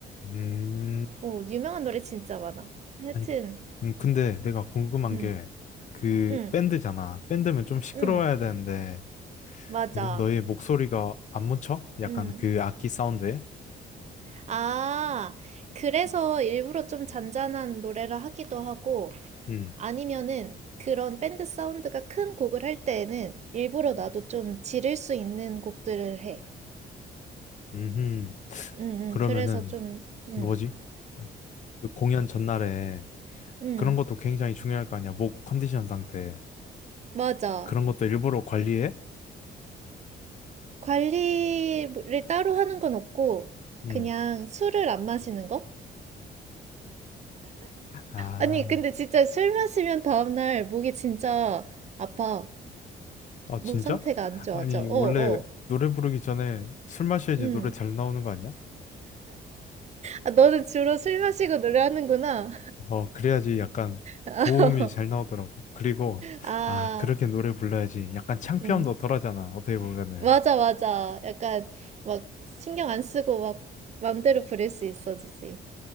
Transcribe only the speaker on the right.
뭐, 유명한 노래 진짜 많아. 하여튼,
응,
응,
응,
맞아.
응.
아, 그래서 일부러 좀 잔잔한 노래를 하기도 하고,
아니면은 그런 밴드 사운드가 큰 곡을 할 때에는 일부러 나도 좀 지를 수 있는 곡들을 해.
응, 응.
그래서 좀, 응,
응.
맞아.
관리를 따로 하는 건 없고,
그냥 술을 안 마시는 거?
아니, 근데 진짜 술 마시면 다음날 목이 진짜 아파.
목 상태가 안 좋아져.
어,
어.
응.
아, 너는 주로 술 마시고 노래하는구나.
<laughs>
아,
응.
맞아, 맞아. 약간 막 신경 안 쓰고 막 맘대로 부릴 수 있어지지.